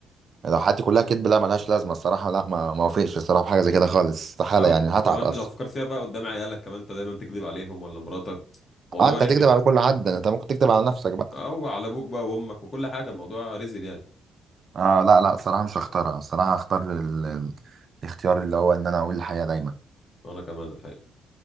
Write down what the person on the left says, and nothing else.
لا وك-
وكمان
لو فكرت فيها بقى قدام عيالك كمان انت دايما بتكذب عليهم ولا مراتك موضوع
رخم
او على ابوك بقى وامك وكل حاجه الموضوع رزل يعني
انا كمان الحقيقه